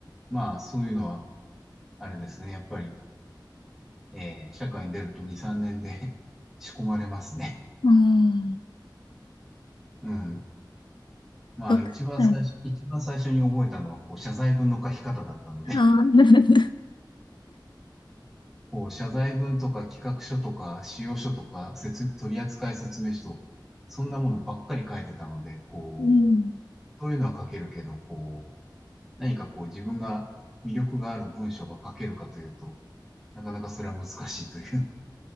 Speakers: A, in the centre; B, on the left.
A: まあ、そういうのは、あれですね。やっぱり、えー社会に出ると2、3年で <laughs> 仕込まれますね。
B: うん。
A: うん。まあ、
B: 学はい。
A: 一番最初、一番最初に覚えたのは、こう、謝罪文の書き方だったので、
B: あー
A: こう、謝罪文とか企画書とか、仕様書とか、説、取扱説明書とか、そんなものばっかり書いてたので、こう、
B: <laughs> うん。
A: そういうのは書けるけど、こう、何かこう、自分が魅力がある文章が書けるかというと、なかなかそれは難しいという。